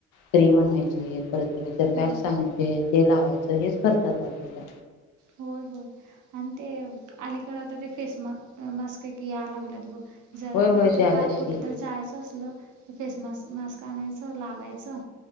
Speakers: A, on the left (about 85°); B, on the right (about 80°).
A: क्रीम आणायचे परत
B: होय
A: वॅक्स आणायचं ते लावायचं हेच करतात. आता
B: होय होय. आणि ते अलीकडे आता ते फेस माक मास्क की या लागलेत बघ. जरा
A: होय होय
B: काय त
A: ते आल्यात
B: का कुठ
A: की
B: तर जायचं असलं फेस मास्क मास्क आणायचं लावायचं